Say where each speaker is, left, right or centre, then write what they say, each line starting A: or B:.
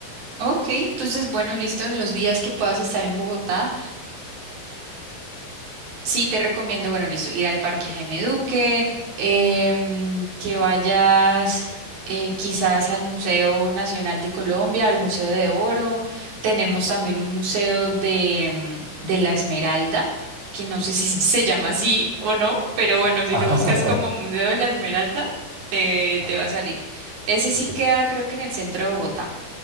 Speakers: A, on the right; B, on the right.
A: Ok, entonces, bueno, listo, los días que puedas estar en Bogotá. Sí, te recomiendo, bueno, listo, ir al Parque Jaime Duque, em, que vayas eh, quizás al Museo Nacional de Colombia, al Museo de Oro. Tenemos también un museo de, em, de la Esmeralda, que no sé si <laughs> se llama así o no, pero bueno, si
B: <laughs>
A: lo buscas como Museo de la Esmeralda, te,
B: Ajá,
A: te va a salir. Ese sí
B: ok.
A: queda, creo que en el centro de Bogotá.